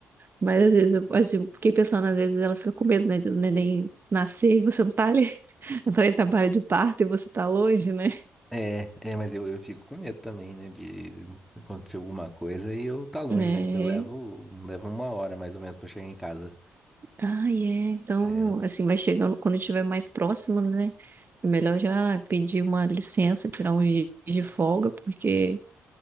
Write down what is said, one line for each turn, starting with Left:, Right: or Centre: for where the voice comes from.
Right: Mas às vezes eu assim, eu tipo, fiquei pensando, às vezes ela fica com medo, né, do neném nascer e você não tá ali, <laughs> entrar em trabalho de parto e você tá longe, né?
Centre: É, é, mas eu, eu fico com medo também, né, de acontecer alguma coisa e eu tá longe,
Right: É.
Centre: né, que eu levo, levo uma hora mais ou menos pra chegar em casa.
Right: Ah, é. Então,
Centre: Ah, é,
Right: assim, vai chegando quando estiver mais próximo, né? É melhor já pedir uma licença, tirar um dias de folga, porque